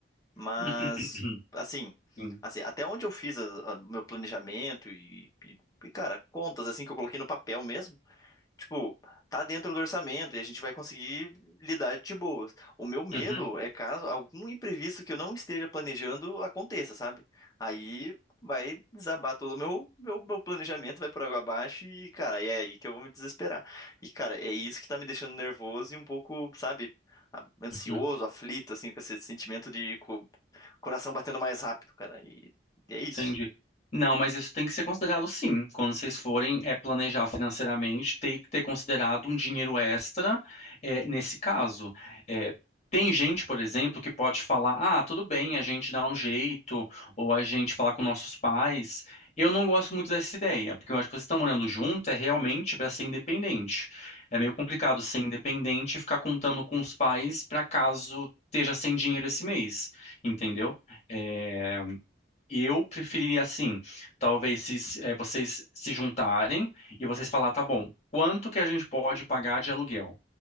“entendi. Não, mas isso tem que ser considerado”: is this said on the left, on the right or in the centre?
Left